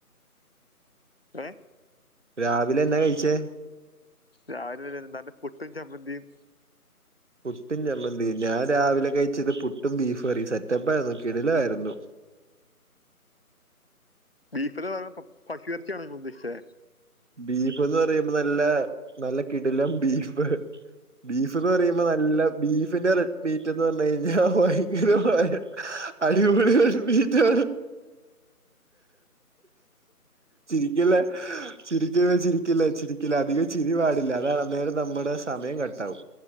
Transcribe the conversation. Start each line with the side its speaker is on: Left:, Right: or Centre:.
Left: ഏ.
Right: രാവിലെ എന്നാ കഴിച്ചേ
Left: രാവിലെ എന്താണ് നല്ല പുട്ടും ചമ്മന്തിയും
Right: പുട്ടും ചമ്മന്തി ഞാൻ രാവിലെ കഴിച്ചത് പുട്ടും ബീഫ് കറി സെറ്റപ്പായിരുന്നു കിടിലം ആരുന്നു
Left: ബീഫ് പറഞ്ഞെ പശു എറച്ചി യാണോ ഉദ്ദേശിച്ചേ
Right: ബീഫ്ന്ന് പറയുമ്പോ നല്ല നല്ല കിടിലം ബീഫ്. ബീഫ് എന്ന് പറയുമ്പോ നല്ല ബീഫിന്റെ റെഡ്മീറ്റ് എന്ന് പറ. ഞാൻ ഭയങ്കര ഫാൻ അടിപൊളി മീറ്റ്. ചിരിക്കല്ലേ. ചിരിക്ക ചിരിക്കില്ല ചിരിക്കില്ല അധികം ചിരി പാടില്ല അതാന്നേരം നമ്മുടെ സമയം കട്ടാവും.